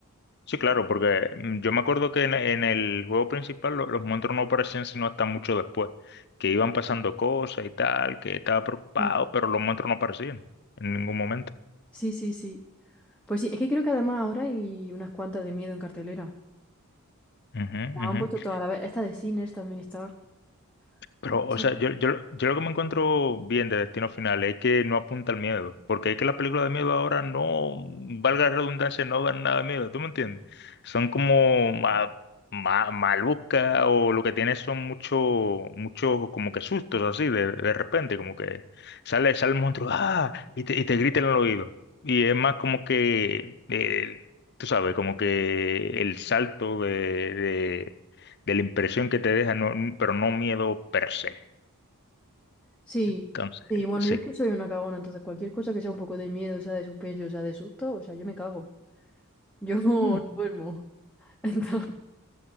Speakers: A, on the left (about 50°); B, in the centre.
A: Sí, claro, porque mm, yo me acuerdo que en, en el juego principal lo- los monstruos no aparecían sino hasta mucho después, que iban pasando cosas y tal, que estaba preocupado,
B: Sí,
A: pero los monstruos no aparecían en ningún momento.
B: sí, sí. sí. Pues sí, es que creo que además ahora hay unas cuantas de miedo en cartelera.
A: Ujú,
B: La
A: ujú.
B: han puesto toda la vez. Esta de Sinners también está.
A: Pero,
B: ¿Qué pasa?
A: o sea, yo, yo, yo lo que me encuentro bien de Destino Final es que no apunta al miedo, porque es que las películas de miedo ahora no, valga la redundancia, no dan nada de miedo, ¿tú me entiendes? Son como ma, ma- malucas o lo que tiene son mucho, mucho como que sustos así, de, de repente, como que sale, sale el monstruo, ¡ah! y te, y te grita en el oído. Y es más como que, eh, tú sabes, como que el salto de de la impresión que te deja, no- pero no miedo per se.
B: Sí,
A: Entonces,
B: sí,
A: eh,
B: bueno,
A: sí.
B: yo es que soy una cagona, entonces cualquier cosa que sea un poco de miedo, sea de suspense, o sea de susto, o sea, yo me cago. Yo <laughs> no,
A: Mm.
B: no duermo. <laughs> Entonces,